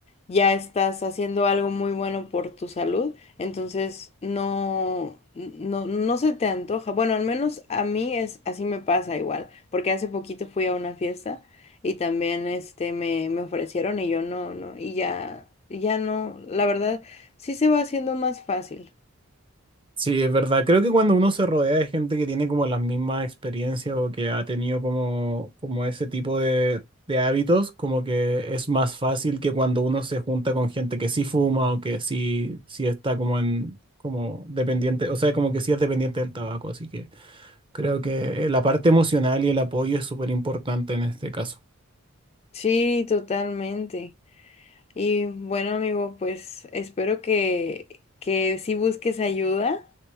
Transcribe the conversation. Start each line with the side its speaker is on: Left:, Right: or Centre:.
Left: ya estás haciendo algo muy bueno por tu salud, entonces no, no, no se te antoja. Bueno, al menos a mí es así me pasa igual, porque hace poquito fui a una fiesta y también este me, me ofrecieron y yo no, no, y ya, ya no, la verdad, sí se va haciendo más fácil.
Right: Sí, es verdad. Creo que cuando uno se rodea de gente que tiene como las mismas experiencias o que ha tenido como, como ese tipo de, de hábitos, como que es más fácil que cuando uno se junta con gente que sí fuma o que sí, sí está como en, como dependiente, o sea, como que sí es dependiente del tabaco. Así que creo que eh, la parte emocional y el apoyo es súper importante en este caso.
Left: Sí, totalmente. Y bueno, amigo, pues espero que, que sí busques ayuda.